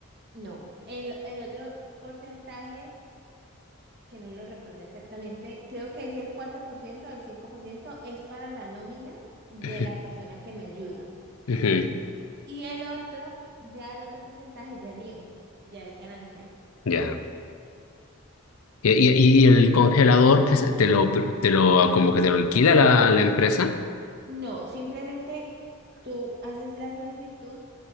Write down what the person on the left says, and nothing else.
Ujú,
ujú,
Ya. ¿Y, y- y el congelador que se- te lo, te lo, como que te lo alquila la, la empresa?